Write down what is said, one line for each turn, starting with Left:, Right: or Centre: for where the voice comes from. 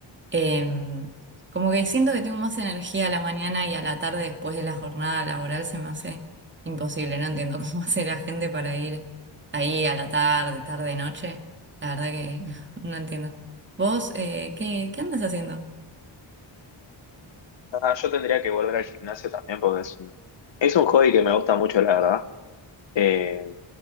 Right: Em, como que siento que tengo más energía a la mañana y a la tarde después de la jornada laboral se me hace imposible. No entiendo <laughs> cómo hace la gente para ir ahí a la tarde, tarde, noche. La verdad que <laughs> no entiendo. ¿Vos eh, qué, qué andas haciendo?
Left: Ah, yo tendría que volver al gimnasio también porque es un, es un hobby que me gusta mucho, la verdad. Eh,